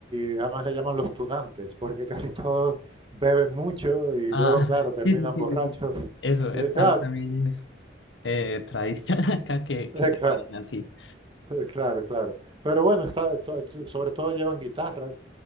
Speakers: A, on the right (about 30°); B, on the left (about 75°).
A: y además le llaman los tunantes, porque casi <laughs> todos beben mucho y
B: Ah,
A: luego, claro,
B: <laughs>
A: terminan
B: sí, sí, sí,
A: borrachos.
B: sí. sí. Eso,
A: Entonces,
B: eh, tam-
A: ah,
B: también es eh, tradición <laughs> acá que, que
A: <laughs> eh,
B: terminan
A: claro,
B: así.
A: <laughs> Claro, claro. Pero bueno, está, to- to- sobre todo llevan guitarras